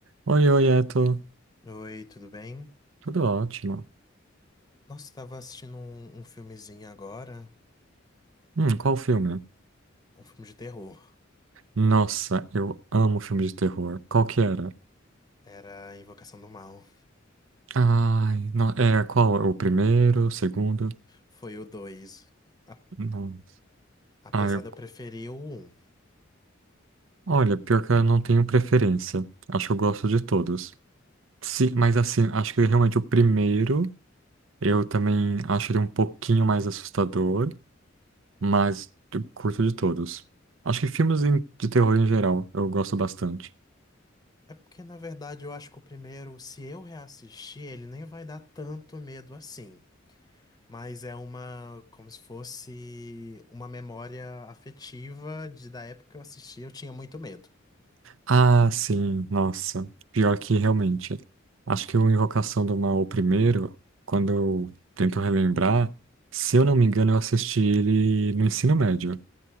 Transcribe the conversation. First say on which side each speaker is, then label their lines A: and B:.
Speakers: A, on the right; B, on the left.
A: Oi, oi, é, tô...
B: Oi, tudo bem?
A: Tudo ótimo.
B: Nossa, eu tava assistindo um, um filmezinho agora,
A: Hum, qual filme?
B: um filme de terror.
A: Nossa, eu amo filme de terror. Qual que era?
B: Era Invocação do Mal.
A: Ai, não, é, qual? O primeiro, o segundo?
B: Foi o 2. A-
A: Nossa.
B: Apesar
A: Ai, eu-
B: de eu preferir o um,
A: olha, pior que eu não tenho preferência. Acho que eu gosto de todos. Sim, mas assim, acho que realmente o primeiro, eu também acho ele um pouquinho mais assustador, mas eu curto de todos. Acho que filmes em- de terror em geral, eu gosto bastante.
B: É porque, na verdade, eu acho que o primeiro, se eu reassistir, ele nem vai dar tanto medo assim. Mas é uma, como se fosse uma memória afetiva de da época que eu assisti, eu tinha muito medo.
A: Ah, sim, nossa. Pior que realmente. Acho que o Invocação do Mal, o primeiro, quando eu tento relembrar, se eu não me engano, eu assisti ele no ensino médio.